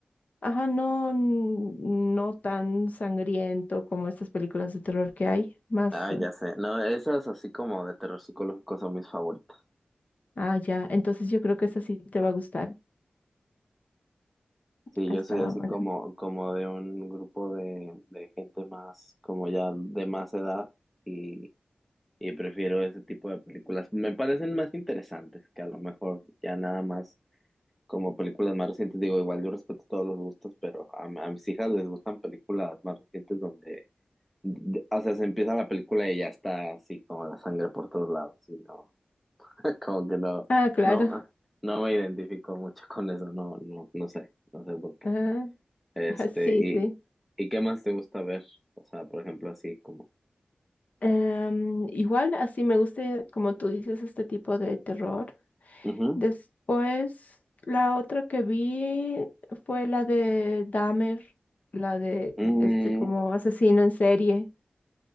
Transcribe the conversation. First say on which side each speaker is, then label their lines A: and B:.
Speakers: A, on the left; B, in the centre.
A: Ajá, no, n- no tan sangriento como estas películas de terror que hay, más,
B: Ah,
A: eh,
B: ya sé. No, esas así como de terror psicológico son mis favoritas.
A: ah, ya, entonces yo creo que esa sí te va a gustar.
B: Sí,
A: Ah,
B: yo
A: estaba
B: soy así
A: buena.
B: como, como de un grupo de, de gente más, como ya de más edad y, y prefiero ese tipo de películas. Me parecen más interesantes que a lo mejor ya nada más como películas más recientes. Digo, igual yo respeto todos los gustos, pero a, a mis hijas les gustan películas más recientes donde, d- o sea, se empieza la película y ya está así como la sangre por todos lados. Y no, <laughs> como que no,
A: Ah, claro.
B: no,
A: <laughs>
B: no me identifico mucho con eso, no, no, no sé, no sé por qué.
A: Ah,
B: Este,
A: ah, sí,
B: y,
A: sí.
B: ¿y qué más te gusta ver? O sea, por ejemplo, así como.
A: Em, igual así me gusta, como tú dices, este tipo de terror.
B: Ujú.
A: Después, la otra que vi fue la de Dahmer, la de
B: Mm,
A: este como asesino en serie.